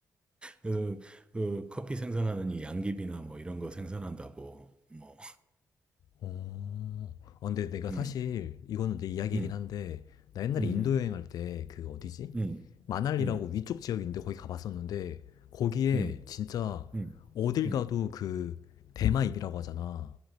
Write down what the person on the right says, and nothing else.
그, 그 커피 생산하는 이 양귀비나 뭐 이런 거 생산한다고 뭐
음,
음,
음,
음,
음,
음,
음,
음,